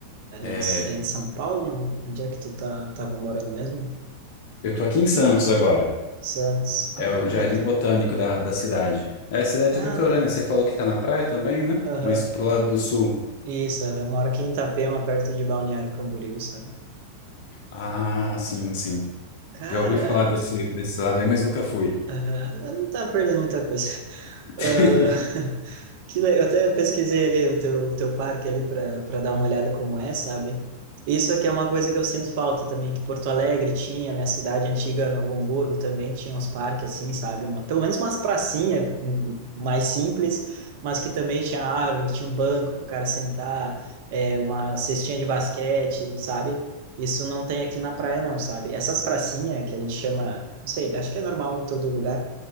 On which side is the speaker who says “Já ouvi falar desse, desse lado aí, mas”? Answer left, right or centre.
Left